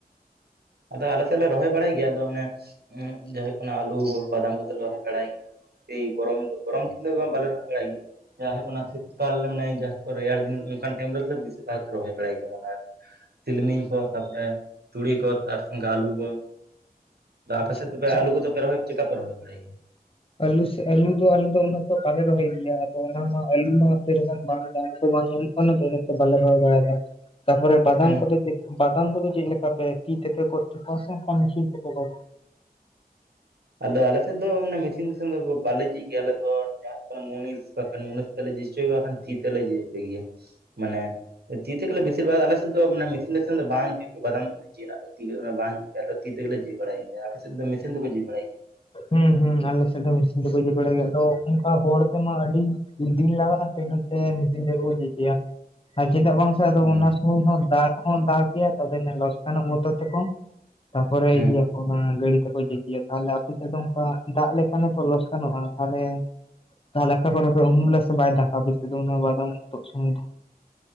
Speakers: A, on the right; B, on the left.
A: ᱟᱫᱚ ᱟᱞᱮ ᱥᱮᱫᱞᱮ ᱨᱚᱦᱚᱭ ᱵᱟᱲᱟᱭ ᱜᱮᱭᱟ ᱟᱫᱚ ᱚᱱᱮ ᱡᱟ ᱦᱩᱭᱩᱜ ᱠᱟᱱᱟ ᱟᱞᱩ ᱵᱟᱫᱟᱢ ᱠᱚᱫᱚᱞᱮ ᱨᱚᱦᱚᱭ ᱵᱟᱲᱟᱭ ᱜᱮᱭᱟ ᱾ ᱥᱮ ᱜᱚᱨᱚᱢ ᱫᱚ ᱜᱚᱨᱚᱢ ᱫᱤᱱ ᱵᱟᱞᱮ ᱠᱚᱨᱣ ᱵᱟᱲᱟ ᱜᱮᱭᱟ ᱡᱟᱦᱟᱸ ᱚᱱᱟ ᱦᱩᱭᱩᱜ ᱠᱟᱱᱟ ᱥᱤᱛ ᱠᱟᱞ ᱢᱟᱱᱮ ᱾ ᱨᱮᱭᱟᱲ ᱫᱤᱱ ᱚᱱᱠᱟᱱ ᱴᱟᱭᱤᱢ ᱨᱮᱜᱮ ᱵᱮᱥᱤᱨ ᱵᱷᱟᱜ ᱜᱮ ᱨᱚᱦᱚᱭ ᱵᱟᱲᱟᱭ ᱜᱮᱭᱟᱞᱮ ᱾ ᱛᱤᱞᱢᱤᱧ ᱠᱚ ᱛᱟᱯᱚᱨᱮ ᱪᱩᱲᱤ ᱠᱚ ᱾ ᱴᱟᱨ ᱥᱚᱝᱜᱮ ᱟᱞᱩ ᱠᱚ
B: ᱟᱪᱪᱷᱟ
A: ᱟᱯᱮ ᱥᱮᱫ ᱫᱚᱯᱮ
B: ᱟᱪᱪᱷᱟ
A: ᱟᱞᱩ ᱠᱚᱫᱚ ᱯᱮ ᱨᱚᱦᱚᱭ ᱪᱮᱠᱟ ᱯᱮ ᱨᱚᱦᱚᱭ ᱵᱟᱲᱟᱭ ᱜᱮᱭᱟ ᱾
B: ᱟᱞᱩ ᱥᱮ ᱟᱞᱩ ᱫᱚ ᱟᱞᱮ ᱫᱚ ᱩᱱᱟᱹᱜ ᱫᱚ ᱵᱟᱞᱮ ᱨᱚᱦᱚᱭ ᱜᱮᱭᱟ ᱟᱫᱚ ᱚᱱᱟ ᱢᱟ ᱟᱞᱩ ᱢᱟᱯ ᱨᱚᱠᱟᱱ ᱵᱟᱝ ᱾ ᱯᱟᱢ ᱠᱚ ᱵᱟᱝ ᱧᱟᱢᱚᱜ ᱠᱟᱱᱟ ᱛᱚ ᱤᱛᱮ ᱵᱟᱞᱮ ᱨᱚᱦᱚᱭ ᱵᱟᱲᱟᱭᱮᱫᱟ ᱛᱟᱯᱚᱨᱮ ᱵᱟᱫᱟᱢ
A: ᱦᱮᱸ
B: ᱠᱚᱫᱚ ᱪᱮᱫ ᱾ ᱵᱟᱫᱟᱢ ᱠᱚᱫᱚ ᱪᱮᱫ ᱞᱮᱠᱟ ᱯᱮ ᱛᱤ ᱛᱮᱯᱮ ᱜᱚᱫ ᱦᱚ ᱠᱚᱣᱟ ᱥᱮ ᱢᱮᱥᱤᱱ ᱛᱮᱯᱮ ᱜᱚᱫᱣᱟ ᱾
A: ᱟᱫᱚ ᱟᱞᱮ ᱥᱮᱫ ᱫᱚ ᱢᱮᱥᱤᱱ-ᱥᱤᱱ ᱫᱚ ᱵᱟᱞᱮ ᱡᱷᱤᱡ ᱜᱮᱭᱟ ᱟᱞᱮ ᱫᱚ ᱾ ᱢᱩᱱᱤᱥ ᱵᱟᱠᱷᱟᱱ ᱢᱩᱱᱤᱥ ᱛᱮ ᱵᱟᱝ ᱠᱷᱟᱱ ᱛᱤᱛᱮ ᱞᱮ ᱡᱷᱤᱞ ᱦᱚᱪᱭᱟ ᱢᱟᱱᱮ ᱾ ᱛᱤ ᱜᱮᱞᱮ ᱵᱮᱥᱤᱨ ᱵᱷᱟᱜᱽ ᱟᱞᱮ ᱥᱮᱫ ᱫᱚ ᱢᱮᱥᱤᱱ ᱱᱤᱥᱤᱱ ᱫᱚ ᱵᱟᱝ ᱡᱷᱤᱞ ᱾ ᱡᱤ ᱨᱮᱱᱟᱜ ᱫᱚ ᱛᱤ ᱵᱟᱝ ᱛᱤ ᱛᱮᱜᱮ ᱡᱤ ᱵᱟᱲᱟᱭ ᱜᱮᱭᱟ ᱟᱯᱮ ᱥᱮᱫ ᱫᱚ ᱢᱮᱥᱤᱱ ᱛᱮᱠᱚ ᱡᱤ ᱵᱟᱲᱟᱭ ᱜᱮᱭᱟ ᱾
B: ᱦᱮᱸ ᱦᱩᱸ ᱟᱞᱮᱥᱮᱫ ᱫᱚ ᱢᱮᱥᱤᱱ ᱛᱮᱠᱚ ᱡᱤ ᱵᱟᱲᱟᱭ ᱜᱮ ᱟᱫᱚ ᱚᱱᱠᱟ ᱦᱚᱲ ᱛᱮᱢᱟ ᱟᱹᱰᱤ ᱫᱤᱱ ᱞᱟᱜᱟᱜ-ᱟ ᱛᱚ ᱤᱱᱟᱹᱛᱮ᱾ ᱢᱤᱫ ᱫᱤᱱ ᱨᱮᱠᱚ ᱤᱫᱤ ᱠᱮᱭᱟ ᱟᱨ ᱪᱮᱫᱟᱜ ᱵᱟᱝ ᱾ ᱟᱫᱚ
A: ᱦᱮᱸ
B: ᱚᱱᱟ ᱥᱚᱢᱚᱭ ᱦᱚᱸ ᱫᱟᱜ ᱦᱚᱸ ᱫᱟᱜ ᱜᱮᱭᱟ ᱛᱮ ᱞᱚᱥᱠᱟᱱᱟᱜᱚᱜ ᱢᱚᱛᱚ ᱛᱮᱠᱚ ᱾ ᱛᱟᱨᱯᱚᱨᱮ
A: ᱦᱮᱸ
B: ᱤᱭᱟᱹ ᱜᱟᱹᱲᱤ ᱛᱮᱠᱚ ᱡᱤᱡ ᱜᱮᱭᱟ ᱛᱟᱦᱚᱞᱮ ᱟᱯᱮ ᱾ ᱪᱮᱫ ᱫᱚ ᱱᱚᱝᱠᱟ ᱫᱟᱜ ᱞᱮᱠᱟᱱ ᱚᱱᱠᱟᱱ ᱞᱚᱥᱠᱟᱱᱚᱜ-ᱟ ᱛᱟᱦᱚᱞᱮ ᱾ ᱛᱟᱦᱚᱞᱮ ᱟᱠᱟ ᱠᱚᱨᱮ ᱩᱢᱩᱞᱞᱟ ᱥᱮ ᱵᱟᱭ ᱫᱟᱜ-ᱟ ᱩᱱᱟᱹᱜ ᱵᱟᱫᱟᱢ ᱛᱩᱫ ᱥᱚᱢᱚᱭ ᱫᱚ ᱾